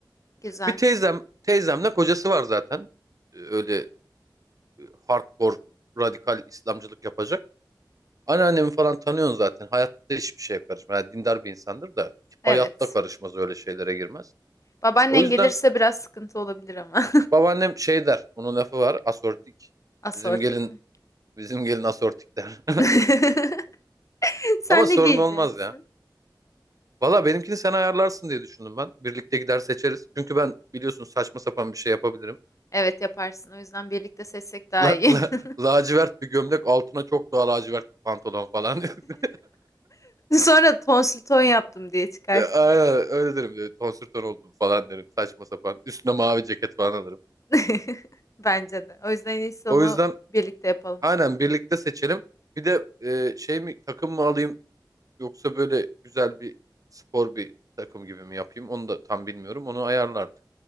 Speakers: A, on the left; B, on the right.
A: Güzel.
B: Bir teyzem, teyzemle kocası var zaten. Ee, Öyle hardcore radikal İslamcılık yapacak. Anneannemi falan tanıyorsun zaten. Hayatta hiçbir şeye karışmaz. Yani dindar bir insandır da
A: Evet.
B: hayatta karışmaz öyle şeylere girmez.
A: Babaannen
B: O yüzden
A: gelirse biraz sıkıntı olabilir ama.
B: babaannem şey der. Onun lafı var asortik.
A: <laughs> Asortik
B: Bizim gelin
A: mi?
B: bizim gelin asortik der.
A: <laughs>
B: <laughs>
A: Sen
B: Ama sorun
A: ne giyeceksin?
B: olmaz ya. Valla benimkini sen ayarlarsın diye düşündüm ben. Birlikte gider seçeriz. Çünkü ben biliyorsun saçma sapan bir şey yapabilirim.
A: Evet yaparsın. O yüzden birlikte seçsek daha
B: La,
A: iyi.
B: la,
A: <laughs>
B: lacivert bir gömlek altına çok daha lacivert bir pantolon falan. <laughs>
A: Sonra tonsil ton yaptım diye çıkarsın.
B: Ya, Aynen öyle derim diyor. Tonsür ton oldum falan derim. Saçma sapan. Üstüne mavi ceket falan alırım.
A: <laughs> Bence de. O yüzden en iyisi
B: O
A: onu
B: yüzden
A: birlikte yapalım.
B: aynen birlikte seçelim. Bir de e, şey mi takım mı alayım yoksa böyle güzel bir spor bir takım gibi mi yapayım? Onu da tam bilmiyorum. Onu ayarla artık.